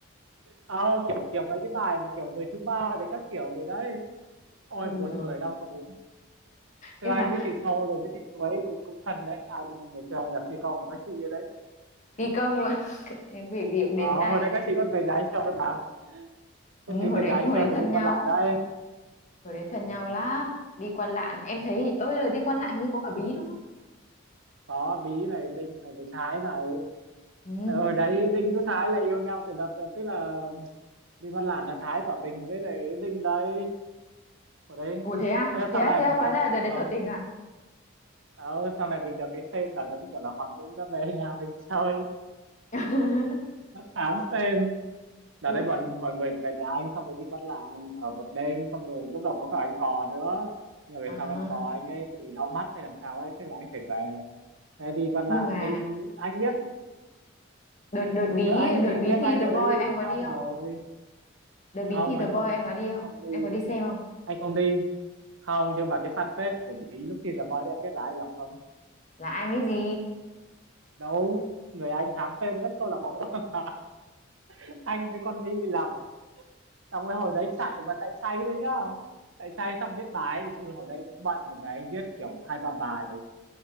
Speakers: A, on the right (about 70°); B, on the left (about 35°).
A: ờ, kiểu kiểu mấy cái bài mà kiểu người thứ ba với các kiểu gì đấy ôi
B: Ừ,
A: buồn
B: rồi.
A: cười đau cả bụng thưa
B: Nhưng
A: anh
B: mà
A: với chị Sâu rồi với chị chú ấy cũng cũng thân đấy anh ngày xưa anh là phi công của các chị ấy đấy
B: phi công là <laughs> cái việc gì cũng
A: ờ,
B: đến tay.
A: hồi đấy các chị còn về nhà anh chơi mà
B: Ừ,
A: các chị
B: hồi
A: về
B: đấy
A: nhà anh
B: hồi
A: chơi
B: đấy
A: rồi
B: thân
A: thì
B: nhau,
A: con lản đây
B: hồi đấy thân
A: ừ.
B: nhau lắm. Đi Quan Lạn, em thấy hình- ơi rồi đi Quan Lạn hình như có cả bí đúng không?
A: có bí này đinh này với thái này
B: Ừ.
A: Ờ, hồi đấy đinh với thái là yêu nhau từ đợt tức là đi con lản là thái tỏ tình với lại đinh đấy hồi đấy
B: Ủa thế à?
A: thế là
B: Thế
A: sau
B: à?
A: này
B: Thế à?
A: mình
B: Hóa
A: gặp
B: ra là đợt
A: ờ,
B: đấy tỏ tình à?
A: Ờ, sau này mình được cái xem là giống như kiểu là Hoàng Dũng đã về nhà mình chơi
B: <laughs>
A: tám xem đợt
B: Ui
A: đấy bọn mọi người về nhà anh xong rồi đi quán làng ở một đêm xong rồi lúc đầu có cả anh cò nữa nhưng mà về
B: À,
A: sau anh cò anh ấy bị đau mắt hay làm sao ấy thế là anh phải về thế đi quán
B: nhưng
A: làng
B: mà
A: thì anh biết
B: đợt đợt bí
A: nếu anh
B: đợt
A: thì anh
B: bí
A: biết
B: thi
A: hai đứa
B: The Voice
A: đấy yêu
B: anh có
A: nhau
B: đi không?
A: rồi
B: Đợt bí
A: không
B: thi The
A: anh
B: Voice
A: không
B: anh có đi
A: anh
B: không?
A: không đi
B: Anh có đi xem không?
A: anh không đi không nhưng mà cái fanpage của Bí lúc khi giờ voi đấy em biết là ai là không
B: Là anh cái gì?
A: đúng người anh hám phim rất câu lạc bộ <laughs> anh với con Ly làm xong rồi hồi đấy chạy mà chạy say đấy nhá chạy say xong viết bài nói chung là hồi đấy cũng bận một ngày anh viết kiểu hai ba bài